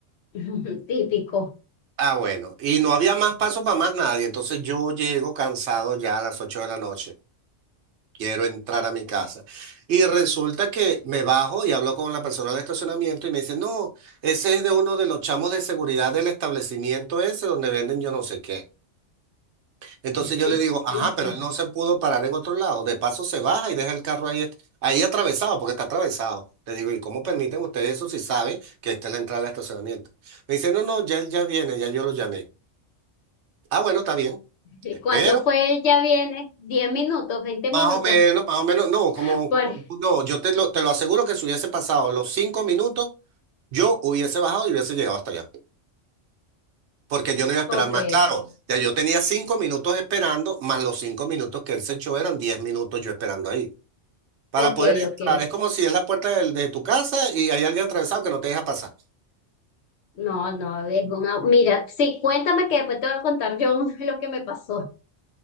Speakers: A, on the left (about 65°); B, on the right (about 70°).
A: <laughs> Típico.
B: Ah, bueno, y no había más paso para más nadie, entonces yo llego cansado ya a las 8 de la noche. quiero entrar a mi casa. Y resulta que me bajo y hablo con la persona del estacionamiento y me dice, no, ese es de uno de los chamos de seguridad del establecimiento ese donde venden yo no sé qué. Entonces
A: <laughs>
B: yo le digo, ajá,
A: ¿Y
B: pero
A: tú?
B: él no se pudo parar en otro lado. De paso se baja y deja el carro ahí, est- ahí atravesado, porque está atravesado. Le digo, ¿y cómo permiten ustedes eso si sabe que esta es la entrada al estacionamiento? Me dice, no, no, ya él ya viene, ya yo lo llamé. Ah, bueno, está bien.
A: ¿Y
B: Espero.
A: cuánto fue el ya viene? diez minutos? veinte
B: Más
A: minutos?
B: o menos, más o menos, no, como,
A: <laughs> Por...
B: como- no, yo te lo, te lo aseguro que si hubiese pasado los cinco minutos, yo hubiese bajado y hubiese llegado hasta allá, porque yo no iba a esperar
A: Ok,
B: más. Claro, ya yo tenía cinco minutos esperando, más los cinco minutos que él se echó eran diez minutos yo esperando ahí. Para
A: ok,
B: poder entrar,
A: ok.
B: es como si es la puerta del- de, tu casa y hay alguien atravesado que no te deja pasar.
A: No, no, es una... Mira, sí, cuéntame que después te voy a contar yo <laughs> lo que me pasó.